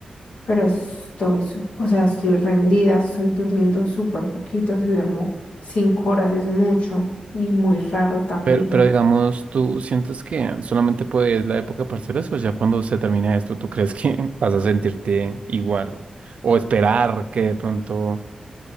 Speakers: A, on the left (about 70°); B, on the right (about 60°).
A: pero estoy, su- o sea, estoy rendida, estoy durmiendo súper poquito, si duermo cinco horas es mucho y muy raro también.
B: Pero, pero digamos, ¿tú sientes que solamente puedes la época de parciales o ya cuando se termine esto, tú crees que <laughs> vas a sentirte igual? O esperar que de pronto